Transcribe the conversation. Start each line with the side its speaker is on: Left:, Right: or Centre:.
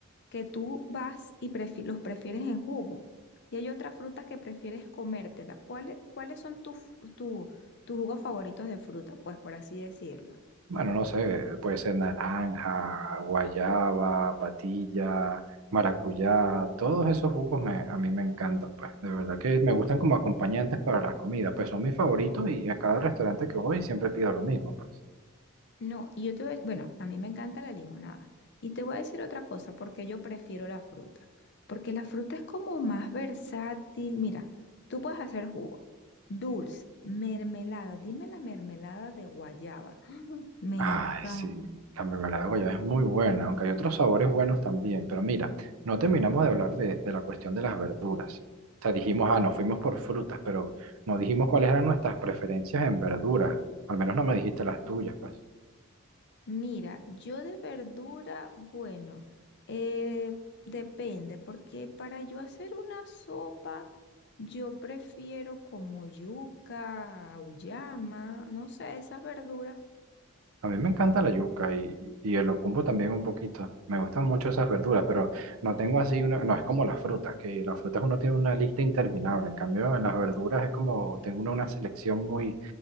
Left: que tú vas y prefi- los prefieres en jugo. Y hay otras frutas que prefieres comértela. ¿Cuáles, cuáles son tus tu- tus jugos favoritos de fruta? Pues por así decirlo.
Right: Bueno, no sé, puede ser naranja, guayaba, patilla, maracuyá, todos esos jugos me, a mí me encantan, pues. De verdad que me gustan como acompañantes para las comidas, pues son mis favoritos y a cada restaurante que voy siempre pido lo mismo, pues.
Left: No, y yo te voy a, bueno, a mí me encanta la limonada. Y te voy a decir otra cosa, porque yo prefiero la fruta. Porque la fruta es como más versátil. Mira, tú puedes hacer jugo, dulce, mermelada. Dime la mermelada de guayaba. <gasps> Me
Right: Ay,
Left: encanta.
Right: sí, la mermelada de guayaba es muy buena, aunque hay otros sabores buenos también. Pero mira, no terminamos de hablar de, de la cuestión de las verduras. O sea, dijimos, ah, nos fuimos por frutas, pero no dijimos cuáles eran nuestras preferencias en verduras. Al menos no me dijiste las tuyas, pues.
Left: Mira, yo de verdura, bueno, eh, depende, porque para yo hacer una sopa, yo prefiero como yuca, auyama, no sé, esas verduras.
Right: A mí me encanta la yuca y, y el locumbo también un poquito. Me gustan mucho esas verduras, pero no tengo así una, no es como las frutas, que las frutas uno tiene una lista interminable. En cambio, en las verduras es como tengo una, una selección muy,